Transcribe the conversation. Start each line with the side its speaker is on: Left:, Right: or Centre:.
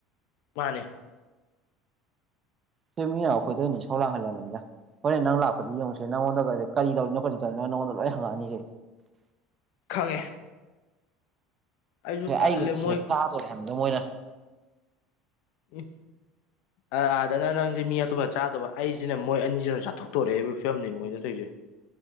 Left: ꯃꯥꯅꯦ
Right: ꯁꯤ ꯃꯤꯅ ꯑꯈꯣꯏꯗ ꯑꯣꯏꯅ ꯏꯁꯧ ꯂꯥꯡꯍꯜꯂꯝꯃꯤꯗ ꯍꯣꯔꯦꯟ ꯅꯪ ꯂꯥꯛꯄꯗꯤ ꯌꯦꯡꯉꯨꯁꯦ ꯅꯉꯣꯟꯗ ꯀꯔꯤ ꯇꯧꯔꯤꯅꯣ ꯀꯔꯤ ꯇꯧꯔꯤꯅꯣ ꯅꯉꯣꯟꯗ ꯂꯣꯏ ꯍꯪꯉꯛꯑꯅꯤꯁꯦ
Left: ꯈꯪꯉꯦ ꯑꯩꯁꯨ
Right: ꯁꯤ ꯑꯩꯒꯁꯤ
Left: ꯇꯜꯂꯦ
Right: ꯁꯤꯗ
Left: ꯃꯣꯏ
Right: ꯆꯥꯗꯣꯔꯦ ꯍꯥꯏꯕꯅꯤꯗ ꯃꯣꯏꯅ
Left: ꯎꯝ ꯑ ꯑꯥꯗꯅ ꯅꯪꯖꯤ ꯃꯤ ꯑꯇꯣꯞꯄꯅ ꯆꯥꯗꯕ ꯑꯩꯖꯤꯅ ꯃꯣꯏ ꯑꯅꯤꯖꯤꯅ ꯆꯥꯊꯣꯛꯇꯣꯔꯦꯑꯦꯕ ꯐꯤꯕꯝꯅꯤ ꯃꯣꯏꯅ ꯇꯧꯏꯖꯦ